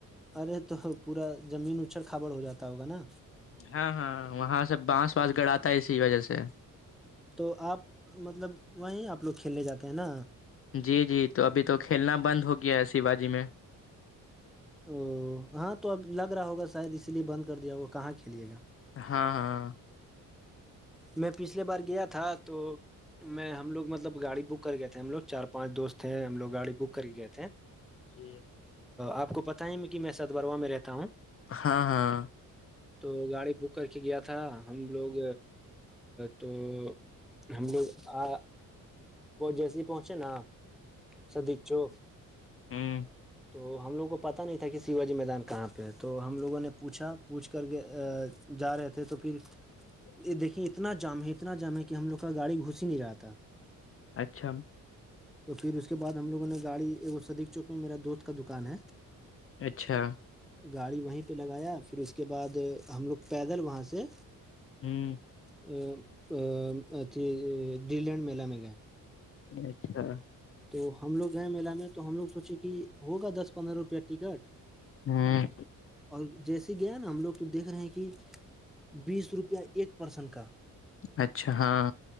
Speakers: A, in the centre; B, on the left (about 40°).
A: ارے تو پورا زمین اچھڑ کھابڑ ہو جاتا ہوگا نا
B: ہاں ہاں وہاں سب بانس واس گڑاتا ہے اسی وجہ سے
A: تو آپ مطلب وہیں آپ لوگ کھیلنے جاتے ہیں نا
B: جی جی تو ابھی تو کھیلنا بند ہو گیا شیواجی میں
A: او ہاں تو اب لگ رہا ہوگا شاید اسی لیے بند کر دیا ہوگا کہاں کھیلیے گا
B: ہاں ہاں
A: میں پچھلے بار گیا تھا تو میں ہم لوگ مطلب گاڑی بک کر گئے تھے ہم لوگ چار پانچ دوست ہیں ہم لوگ گاڑی بک کر گئے تھے
B: جی
A: آپ کو پتہ ہی کہ میں ست بروا میں رہتا ہوں
B: ہاں ہاں
A: تو گاڑی بک کر کے گیا تھا ہم لوگ تو ہم لوگ آ وہ جیسے پہنچے نا سدیچو
B: ہاں
A: تو ہم لوگوں کو پتا نہیں تھا کہ شیواجی میدان کہاں پہ ہے تو ہم لوگوں نے پوچھا پوچھ کر جا رہے تھے تو پھر
B: <inaudible>
A: یہ دیکھیے اتنا جام ہے اتنا جام ہے کہ ہم لوگ کا گاڑی گھس ہی نہیں رہا تھا
B: اچھا
A: تو پھر اس کے بعد ہم لوگوں نے گاڑی ایک سدیک چوک میں میرا دوست کا دکان ہے
B: اچھا
A: گاڑی وہیں پہ لگایا پھر اس کے بعد ہم لوگ پیدل وہاں سے
B: ہوں
A: اھی ڈ لینڈ میلہ میں گئے
B: اچھا
A: تو ہم لگ گئے میلا میں تو ہم لوگ سوچے کہ ہوگا دس پندرہ روپئے ٹکٹ
B: ہوں
A: اور جیسی گیا نا ہم لوگ دیکھ رہے ہیں کہ بیس روپیہ ایک پرسن کا
B: اچھا ہاں